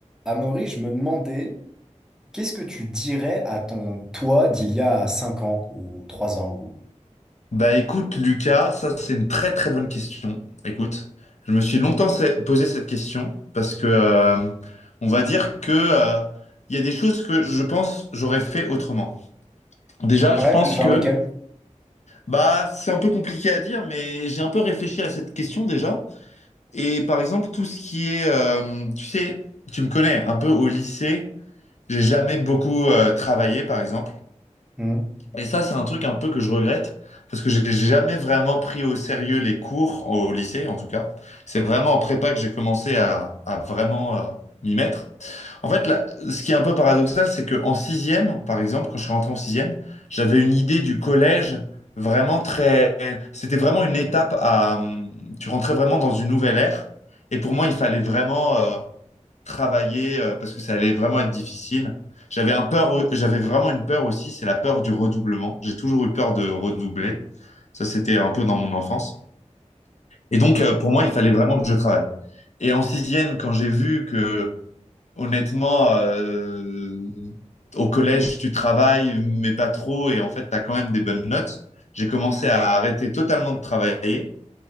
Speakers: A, in the centre; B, on the left.
A: Amaury, je me demandais, qu'est-ce que tu dirais à ton toi d'il y a 5 ans ou 3 ans ou...
B: Bah écoute, Lucas, ça c'est une très très bonne question. Écoute, je me suis longtemps se- posé cette question parce que euh, on va dire que euh, il y a des choses que je pense j'aurais fait autrement. Déjà, je
A: Ouais,
B: pense
A: genre
B: que
A: lesquels?
B: bah c'est un peu compliqué à dire, mais j'ai un peu réfléchi à cette question déjà. Et par exemple, tout ce qui est, euh, tu sais, tu me connais un peu au lycée, j'ai jamais beaucoup euh, travaillé par exemple.
A: Hmm.
B: Et ça, c'est un truc un peu que je regrette, parce que j'ai jamais vraiment pris au sérieux les cours, au lycée en tout cas. C'est vraiment en prépa que j'ai commencé à, à vraiment euh, m'y mettre. En fait, là, ce qui est un peu paradoxal, c'est qu'en sixième, par exemple, quand je suis rentré en sixième, j'avais une idée du collège vraiment très... C'était vraiment une étape à... hum, Tu rentrais vraiment dans une nouvelle ère, et pour moi, il fallait vraiment... euh, travailler euh, parce que ça allait vraiment être difficile. J'avais un peur, j'avais vraiment une peur aussi, c'est la peur du redoublement. J'ai toujours eu peur de redoubler. Ça, c'était un peu dans mon enfance. Et donc, euh, pour moi, il fallait vraiment que je travaille. Et en sixième, quand j'ai vu que, honnêtement, euh, au collège, tu travailles, mais pas trop, et en fait, tu as quand même des bonnes notes, j'ai commencé à arrêter totalement de travailler